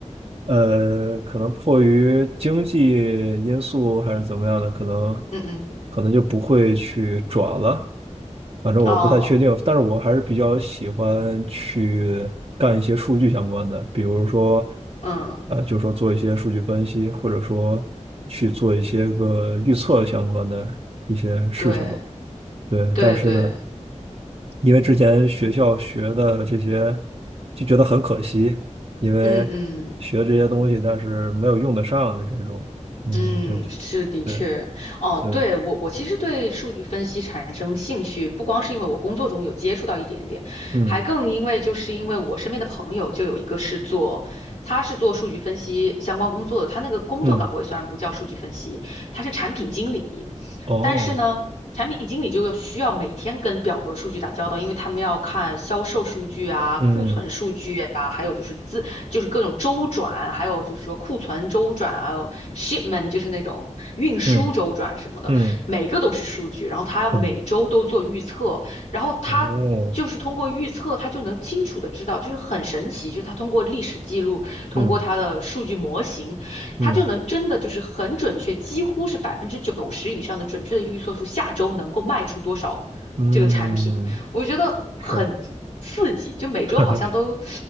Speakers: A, on the right; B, on the left.
A: 呃，可能迫于经济因素还是怎么样的，可能
B: 嗯嗯，
A: 可能就不会去转了。反正我不太确定，
B: 哦，
A: 但是我还是比较喜欢去干一些数据相关的，比如说，
B: 嗯，
A: 呃，就说做一些数据分析，或者说去做一些个预测相关的一些事情吧。
B: 对。
A: 对，
B: 对对，
A: 但是因为之前学校学的这些，就觉得很可惜，因为
B: 嗯嗯
A: 学这些东西，但是没有用得上的这种，嗯，
B: 嗯，
A: 就就
B: 是的确，
A: 对，
B: 哦，
A: 以，
B: 对，我我其实对数据分析产生兴趣，不光是因为我工作中有接触到一点点，
A: 嗯
B: 还更因为就是因为我身边的朋友就有一个是做，他是做数据分析相关工作的，他那个工作岗位虽然不叫数据分析，
A: 嗯，
B: 他是产品经理，
A: 哦，
B: 但是呢，产品经理就要需要每天跟表格数据打交道，因为他们要看销售数据啊、库存数据啊，
A: 嗯
B: 还有就是资，就是各种周转，还有就是说库存周转，还有 shipment，就是那种运输周转什么的，
A: 嗯嗯，
B: 每个都是数据。然后他要每周都做预测，
A: <laughs> 哼，
B: 然后他。
A: 哦，
B: 就是通过预测，他就能清楚的知道，就是很神奇，就是他通过历史记录，通过他的数据模型。
A: 嗯
B: 他就能真的就是很准确，
A: 嗯
B: 几乎是百分之九十以上的准确的预测出下周能够卖出多少这个产品，
A: 嗯，
B: 我觉得很刺激，
A: 是
B: 就每周好像都
A: <laughs>